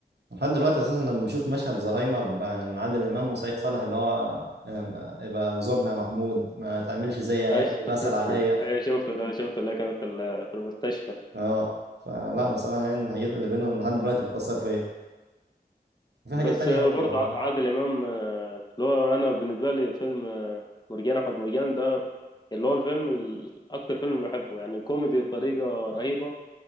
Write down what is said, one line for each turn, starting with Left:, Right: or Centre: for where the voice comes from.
Right: لحد دلوقتي اساسا لما بشوف مشهد زهايمر بين عادل امام وسعيد صالح اللي هو آه، يبقى زورنا يا محمود ما تعملش زي عيالي
Left: أيوة <laughs>
Right: بسأل عليا
Left: أيوة شفت ده شفت اللي كان في ال- في المستشفى
Right: اه فلا بصراحه يعني الحاجات اللي بينهم لحد دلوقتي بتأثر فيا في
Left: بس
Right: حاجات تانية
Left: برضه
Right: برضه والله
Left: ع- عادل إمام آه، اللي هو أنا بالنسبة لي فيلم آه، مرجان أحمد مرجان ده اللي هو الفيلم ال- أكتر فيلم بحبه يعني كوميدي بطريقة رهيبة